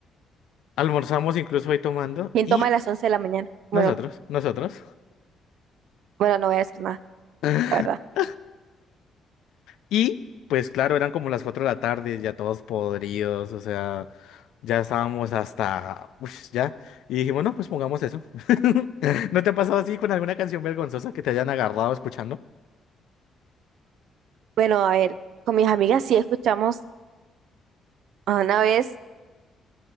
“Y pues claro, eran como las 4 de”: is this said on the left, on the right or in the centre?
Left